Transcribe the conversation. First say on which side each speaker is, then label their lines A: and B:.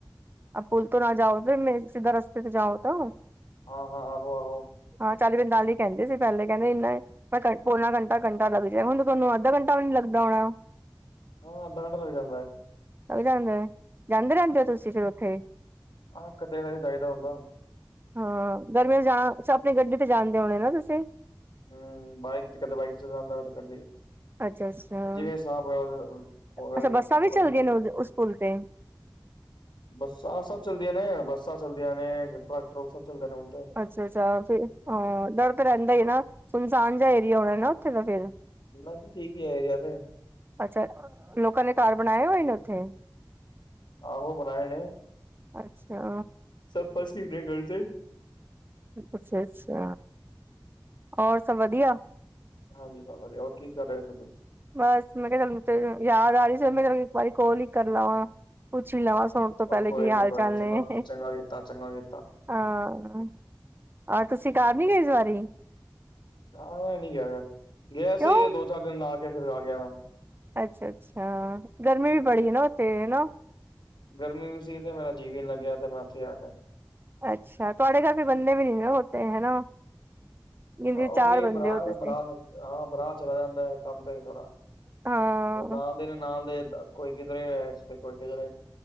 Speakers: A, on the right (about 25°); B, on the left (about 80°).
A: ਆ ਪੁਲ ਤੋਂ ਨਾ ਜਾਓ ਫਿਰ ਮੇਨ ਸਿੱਧਾ ਰਸਤੇ ਤੇ ਜਾਓ ਤਾਂ।
B: ਹਾਂ-ਹਾਂ ਆਹੋ-ਆਹੋ।
A: ਹਾਂ ਚਾਲੀ ਦੇ ਨਾਲ ਹੀ ਕਹਿੰਦੇ ਸੀ ਪਹਿਲੇ ਕਹਿੰਦੇ ਇਨਾ ਮੈਂ ਪੋਨਾ ਘੰਟਾ ਘੰਟਾ ਲੱਗ ਜਾਏਗਾ ਹੁਣ ਤੁਹਾਨੂੰ ਅੱਧਾ ਘੰਟਾ ਵੀ ਨੀ ਲੱਗਦਾ ਹੋਣਾ।
B: ਹਾਂ ਅੱਧਾ ਘੰਟ ਲੱਗ ਜਾਂਦਾ।
A: ਲੱਗ ਜਾਂਦਾ, ਜਾਂਦੇ ਰਹਿੰਦੇ ਹੋ ਤੁਸੀਂ ਫਿਰ ਉੱਥੇ।
B: ਹਾਂ ਕਦੇ ਕਦਾਈ ਜਾਈਦਾ ਹੁੰਦਾ।
A: ਹਾਂ ਗਰਮੀਆਂ ਜਾਂ ਸ਼ੋਪਿੰਗ ਜਾਣਦੇ ਹੋਣੇ ਨਾ ਤੁਸੀਂ।
B: ਹੂੰ ਬਾਈਕ ਤੇ ਕਦੇ ਬਾਈਕ 'ਚ ਜਾਂਦਾ ਕਦੇ-ਕਦੇ।
A: ਅੱਛਾ ਅੱਛਾ
B: ਜਿਵੇਂ ਹਿਸਾਬ ਹੋਇਆ, ਉਹੀ
A: ਅੱਛਾ ਬੱਸਾਂ ਵੀ ਚੱਲਦੀਆਂ ਨੇ ਉਸ ਪੁਲ ਤੇ
B: ਬੱਸਾਂ ਸਭ ਚਲਦੀਆਂ ਨੇ ਬੱਸਾਂ ਚੱਲਦੀਆਂ ਨੇ ਟਰੱਕ ਟਰੁਕ ਸਭ ਚੱਲਦੇ ਨੇ ਹੁਣ ਤੇ।
A: ਅੱਛਾ-ਅੱਛਾ ਫਿਰ, ਡਰ ਤਾਂ ਰਹਿੰਦਾ ਈ ਨਾ ਸੁੰਨਸਾਨ ਜਾ ਏਰੀਆ ਹੋਣਾ ਨਾ ਉੱਥੇ ਦਾ ਫਿਰ।
B: ਬਸ ਠੀਕ ਈ ਏ ਏਰੀਆ ਤੇ।
A: ਅੱਛਾ, ਲੋਕਾਂ ਨੇ ਘਰ ਬਣਾਏ ਹੋਏ ਨੇ ਉੱਥੇ?
B: ਆਹੋ ਬਣਾਏ ਨੇ।
A: ਅੱਛਾ।
B: ਸਭ ਪਸੀ <unintelligible>
A: ਅੱਛਾ-ਅੱਛਾ, ਹੋਰ ਸਭ ਵਧੀਆ।
B: ਹਾਂਜੀ ਸਭ ਵਧੀਆ ਹੋ ਕੀ ਕਰ ਰਹੇ ਤੁਸੀਂ?
A: ਬਸ ਮੈਂ ਕਿਹਾ ਤੁਹਾਨੂੰ ਯਾਦ ਆ ਰਹੀ ਸੀ ਮੈਂ ਕਿਹਾ ਇੱਕ ਵਾਰੀ ਕੋਲ ਹੀ ਕਰ ਲਵਾਂ। ਪੁੱਛ ਵੀ ਲਵਾਂ ਸੋਣ ਤੋਂ ਪਹਿਲੇ
B: ਉਹ ਕੋਈ
A: ਕੀ
B: ਨੀ
A: ਹਾਲ-ਚਾਲ
B: ਕੋਈ ਨੀ ਚੰਗਾ
A: ਨੇ।
B: ਚੰਗਾ ਕੀਤਾ ਚੰਗਾ ਕੀਤਾ
A: ਹਾਂ, ਆਹ ਤੁਸੀਂ ਘਰ ਨੀ ਗਏ ਇਸ ਵਾਰੀ।
B: ਹਾਂ ਮੈਂ ਨੀ ਗਿਆ ਗਾ, ਗਿਆ
A: ਕਿਉਂ
B: ਸੀ ਦੋ ਚਾਰ ਦਿਨ ਲਾ ਕੇ ਫਿਰ ਆ ਗਿਆ ਮੈਂ।
A: ਅੱਛਾ-ਅੱਛਾ ਗਰਮੀ ਵੀ ਬੜੀ ਹੈ ਨਾ ਉੱਥੇ ਨਾ।
B: ਗਰਮੀ ਵੀ ਸੀ ਤੇ ਮੇਰਾ ਜੀਅ ਵੀ ਨਹੀਂ ਲੱਗਿਆ ਤੇ ਉੱਥੇ ਆ ਗਿਆ।
A: ਅੱਛਾ ਤੁਹਾਡੇ ਘਰ ਵੀ ਬੰਦੇ ਵੀ ਨਹੀਂ ਹੋਤੇ ਹਨਾ। ਜਿੰਦੇ
B: ਉਹ
A: ਚਾਰ
B: ਵੀ
A: ਬੰਦੇ
B: ਬਰਾ
A: ਹੋ ਤੁਸੀਂ
B: ਬਰਾ ਹਾਂ ਬਰਾ ਚਲਾ ਜਾਂਦਾ ਹੈ ਕੰਮ ਤੇ ਥੋੜ੍ਹਾ।
A: ਹਾਂ
B: ਤੇ ਨਾਲ ਦੇ ਨਾ ਨਾਲ ਦੇ ਕੋਈ ਕਿਧਰੇ ਤੇ ਕੋਈ ਕਿਧਰੇ।